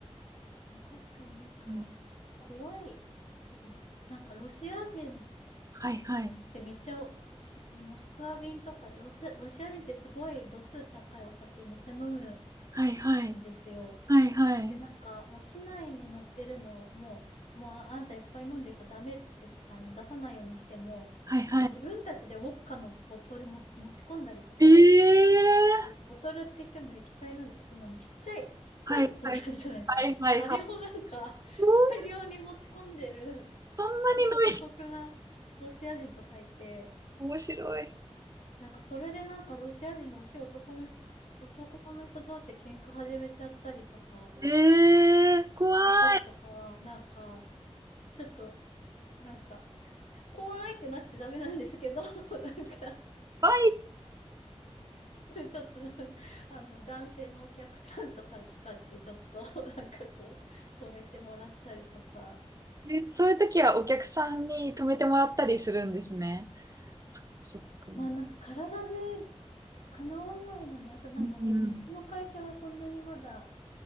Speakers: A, on the left; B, on the right.
A: まあ、確かになんか、
B: うん
A: 怖い。まあ、そうですね。なんかロシア人
B: はいはい。
A: で、めっちゃお、そのモスクワ便とか、ロシア、ロシア人ってすごい度数高いお酒めっちゃ飲む
B: はいはい。
A: んですよ。
B: はいはい。
A: で、なんか、もう機内に乗ってるの、もう、もうああんたいっぱい飲んでるからダメって、あの、出さないようにしても、
B: はいはい。
A: なんか自分たちでウォッカのボトルも持ち込んだりとか、
B: ええ
A: ボ、ボトルって言っても液体なんだよ。そんなのちっちゃい、ちっちゃいボトルあるじゃないですか。
B: はいはいはいはい
A: あれをなんか、
B: そ
A: 大量に持ち込んでる、
B: んなにない。
A: なんか姑息なロシア人とかいて、
B: 面白い。
A: なんかそれでなんかロシア人の大きい男の、男の人同士で喧嘩始めちゃったりとか、
B: ええ怖い。
A: した時とかは、なんか、ちょっと、なんか、怖いってなっちゃダメなんですけど、<laughs> なんか、
B: バ
A: ちょっと、あの、男性のお客さんとか使って、ちょっと、なんかこう、止めてもらったりとか、
B: えそういう時はお客さんに止めてもらったりするんですね。そっか。うん
A: まあなんか体で叶わないので、あとなんかもう、
B: うん。
A: うちの会社はそんなにまだ、